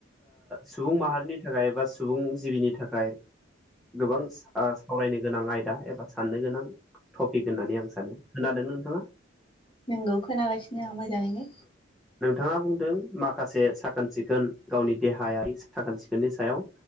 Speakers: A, in the centre; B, on the left.
A: सुबुं माहारिनि थाखाय एबा सुबुं जिबिनि थाखाय गोबां सावरायनो गोनां आयदा एबा साननो गोनां टपिक होननानै आं सानो खोनादोंना नोंथाङा
B: नंगौ खोनागासिनो आं मोजाङैनो
A: नोंथाङा बुंदों माखासे साखोन सिखोन गावनि देहायारि साखोन सिखोननि सायाव